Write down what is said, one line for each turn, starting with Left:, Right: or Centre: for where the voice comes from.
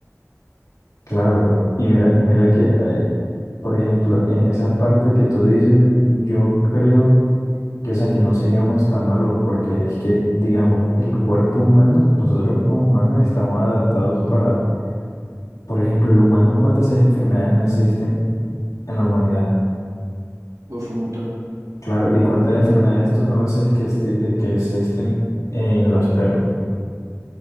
Left: claro, y mira, mira que, eh, por ejemplo, en esa parte que tú dices, yo creo que, o sea, que no seríamos tan malos, porque es que, digamos, el cuerpo humano, nosotros como humanos estamos adaptados para, por ejemplo, el humano, ¿cuántas enfermedades no existen en la humanidad?
Right: Uf, un montón.
Left: Claro, ¿y cuántas enfermedades tú conoces que, esti- eh, que existen en los perros?